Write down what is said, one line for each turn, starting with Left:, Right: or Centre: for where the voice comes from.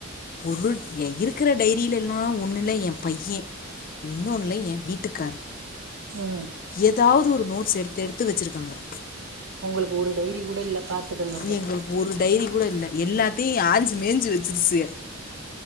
Left: உருட் எ இருக்ற டைரில எல்லா ஒண்ணுல எ பையன் இன்னொன்னுல என் வீட்டுக்காரர்
Right: ம்
Left: ஏதாவது ஒரு நோட்ஸ் எடுத்து எடுத்து வச்சிருக் <unintelligible>
Right: உங்களுக்கு ஒரு டைரி கூட இல்ல பாத்துக்கங்க அப்ப
Left: எங்களுக்கு ஒரு டைரி கூட இல்ல எல்லாத்த தீ ஆஞ்சு மேஞ்சுறு செரி